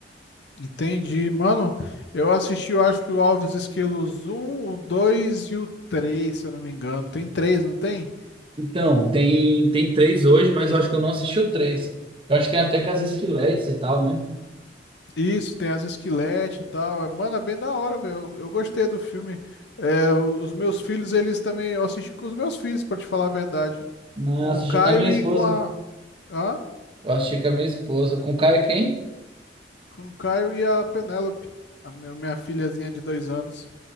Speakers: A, on the left; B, on the right.
A: entendi. Mano, eu assisti, eu acho que o Alves Esquilos um, o 2 e o 3, se eu não me engano. Tem três, não tem?
B: Então, tem, tem três hoje, mas eu acho que eu não assisti o três. Eu acho que tem até com as Esquiletes e tal, né?
A: Isso, tem as esqueletes e tal. É, Mano, é bem da hora, velho. Eu, eu gostei do filme. É, os meus filhos, eles também. Eu assisti com os meus filhos, pra te falar a verdade.
B: Não,
A: Com
B: assisti
A: o Caio
B: com a minha esposa.
A: e com a. Hã?
B: Eu assisti com a minha esposa. Com o Caio quem?
A: Com o Caio e a Penélope, a minha, minha filhazinha de dois anos.